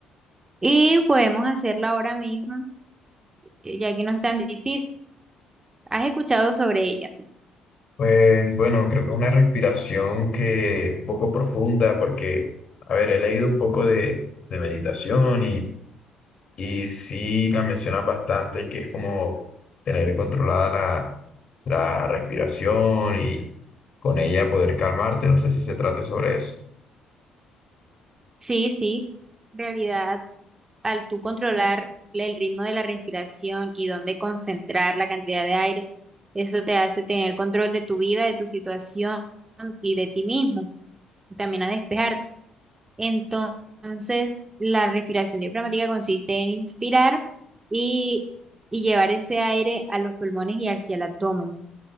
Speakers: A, on the right (about 25°); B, on the left (about 40°).
A: y podemos hacerla ahora mismo, eh, ya que no es tan difícil. ¿Has escuchado sobre ella?
B: Pues bueno, creo que es una respiración que un poco profunda porque, a ver, he leído un poco de, de meditación Y sí la mencionas bastante, que es como tener controlada la, la respiración y con ella poder calmarte. No sé si se trate sobre eso.
A: Sí, sí. En realidad. al tú controlar el ritmo de la respiración y dónde concentrar la cantidad de aire, eso te hace tener control de tu vida, de tu situación y de ti mismo, y también a despejarte. Entonces, la respiración diafragmática consiste en inspirar y, y llevar ese aire a los pulmones y hacia el abdomen,